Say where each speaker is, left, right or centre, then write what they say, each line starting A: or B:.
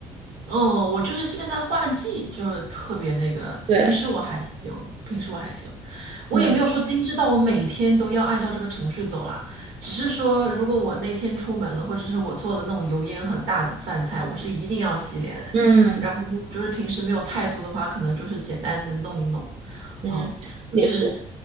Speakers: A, on the right; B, on the right.
A: 嗯，我就是现在换季，就是特别那个。
B: 对，
A: 平时我还行，平时我还行，我也没有说精致到我每天都要按照这个程序走啦。
B: 嗯
A: 只是说，如果我那天出门了，或者是我做了那种油烟很大的饭菜，我是一定要洗脸。
B: 嗯
A: 然后如果就是平时没有太多的话，可能就是简单的弄一弄。
B: 嗯，
A: 嗯，就是，
B: 也是，